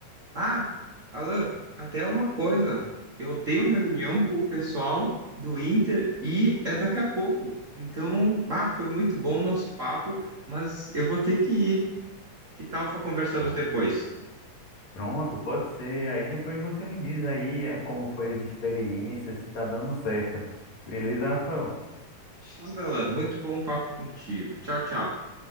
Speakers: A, on the right (about 55°); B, on the left (about 65°).
A: Ah, Alan, até uma coisa, eu tenho reunião com o pessoal do Inter e é daqui a pouco. Então, bah, foi muito bom o nosso papo, mas eu vou ter que ir. Que tal conversamos
B: Ah,
A: depois?
B: pronto, pode ser. Aí depois você me diz aí eh, como foi as experiências, se tá dando certo. Beleza, Rafael?
A: Tchau, Galan. Muito bom papo contigo. Tchau, tchau.